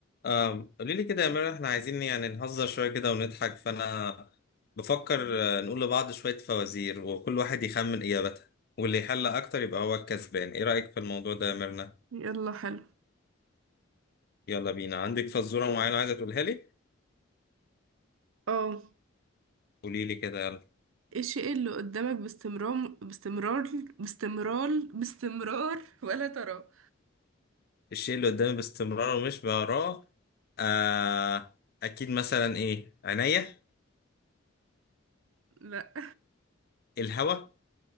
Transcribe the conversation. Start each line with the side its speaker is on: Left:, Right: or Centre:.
Left: آه، قولي لي كده يا مرة احنا عايزين يعني نهزر شوية كده ونضحك فأنا بفكر آه، نقول لبعض شوية فوازير وكل واحد يخمن إجابتها واللي يحل أكتر يبقى هو الكسبان إيه رأيك في الموضوع ده يا ميرنا؟
Right: يلا حلو
Left: يلا بينا عندك فزورة معينة عايزة تقولها لي؟
Right: اه
Left: قولي لي كده يلا
Right: الشيء اللي قدامك باستمرار باستمرار باستمرار باستمرار ولا تراه
Left: الشيء اللي قدامي باستمرار ومش بقراه آه أكيد مثلا إيه؟ عينيا
Right: لا
Left: الهوا